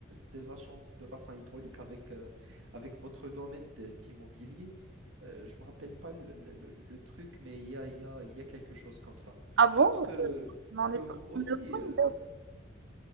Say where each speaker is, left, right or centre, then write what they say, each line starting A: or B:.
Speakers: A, on the right; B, on the right.
A: des agences de bassin hydraulique avec, euh, avec votre domaine de- d'immobilier. Euh, je ne me rappelle pas le, le- le- le truc, mais il y a, il y a, il y a quelque chose comme ça.
B: Ah bon?
A: Je pense que,
B: Je non.
A: que
B: ai
A: vous
B: pas-
A: aussi,
B: je n'ai aucune
A: euh,